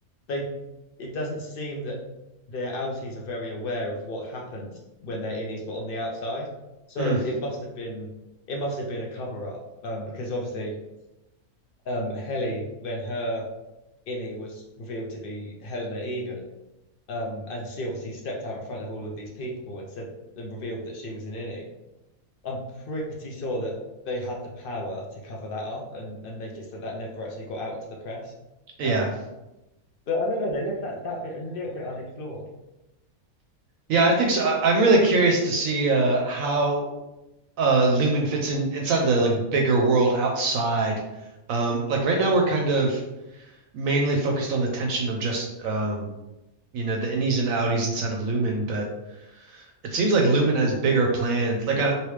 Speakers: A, on the left (about 70°); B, on the right (about 70°).
A: they it doesn't seem that their outies are very aware of what happens when they're innies but on the outside. So
B: Mm,
A: it must have been it must have been a cover up um, because obviously um, Heli when her innie was revealed to be Helena Egan um, and she obviously stepped out in front of all of these people and said and revealed that she was an innie. I'm pretty sure that they had the power to cover that up and, and make it so that never actually got out into the press.
B: yeah.
A: Um, but I don't know, they left that, that bit a little bit unexplored.
B: Yeah, I think so. I, I'm really curious to see uh how uh Lumen fits in inside the like bigger world outside. Um like right now we're kind of mainly focused on the tension of just um you know the innies and outies inside of Lumen, but it seems like Lumen has bigger plans. Like I